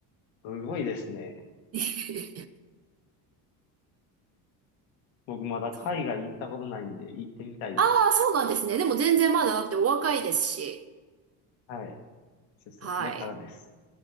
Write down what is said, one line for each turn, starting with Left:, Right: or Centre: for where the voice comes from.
Left: すごいですね。
Right: <laughs>
Left: 僕まだ海外行ったことないんで行ってみたいです。
Right: そうああ、そうなんですね。でも全然まだだってお若いですし。
Left: はい。そうですね。
Right: はい。
Left: これからです。